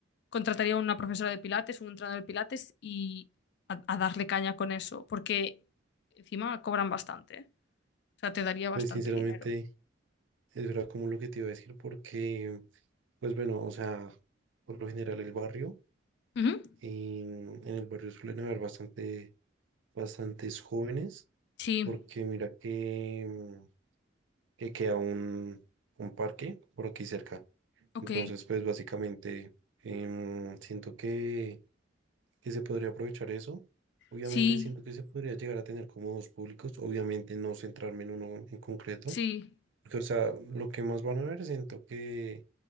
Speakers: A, on the left; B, on the right.
A: contrataría a una profesora de pilates, un entrenador de pilates y a, a darle caña con eso, porque encima cobran bastante, ¿eh? O sea, te daría bastante
B: Pues sinceramente,
A: dinero.
B: eso era como lo que te iba a decir porque, pues bueno, o sea, por lo general el barrio,
A: Ujú.
B: en, en el barrio suelen haber bastante, bastantes jóvenes
A: Sí,
B: porque mira que, mm, que queda un, un parque por aquí cerca.
A: ok.
B: Entonces, pues básicamente, em, siento que... que se podría aprovechar eso. Obviamente
A: Sí,
B: siento que se podría llegar a tener como dos públicos, obviamente no centrarme en uno en concreto,
A: sí,
B: porque o sea, lo que más van a ver siento que,